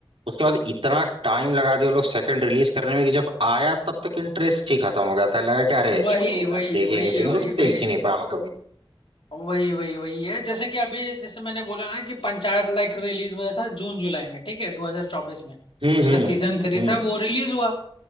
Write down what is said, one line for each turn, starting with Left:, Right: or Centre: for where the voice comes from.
Right: उसके बाद इतना टाइम लगा दिया वो लोग सेकंड रिलीज करने में कि जब आया तब तक इंटरेस्ट ही खत्म हो गया था लगा कि अरे
Left: वही
Right: छोड़ो यार
Left: वही
Right: देखेंगे
Left: वही
Right: लेकिन
Left: है वही
Right: देख
Left: भाई
Right: ही नहीं पाया मैं कभी
Left: वही वही वही है जैसे कि अभी जैसे मैंने बोला ना कि पंचायत लाइक रिलीज हुआ था जून जुलाई में ठीक है 2024 में
Right: हम्म
Left: उसका
Right: हम्म
Left: सीजन थ्री
Right: हम्म
Left: था वो रिलीज हुआ